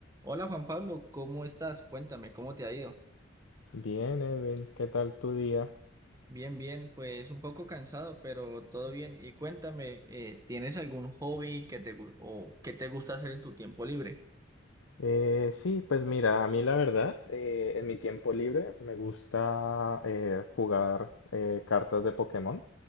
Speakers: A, on the right (about 15°); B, on the left (about 85°).
A: Hola Juan Pablo, ¿cómo estás? Cuéntame, ¿cómo te ha ido?
B: Bien, Edwin, ¿qué tal tu día?
A: Bien, bien, pues un poco cansado, pero todo bien. Y cuéntame, eh, ¿tienes algún hobby que te gu- o que te gusta hacer en tu tiempo libre?
B: Eh, sí, pues mira, a mí la verdad, eh, en mi tiempo libre me gusta eh, jugar eh, cartas de Pokémon.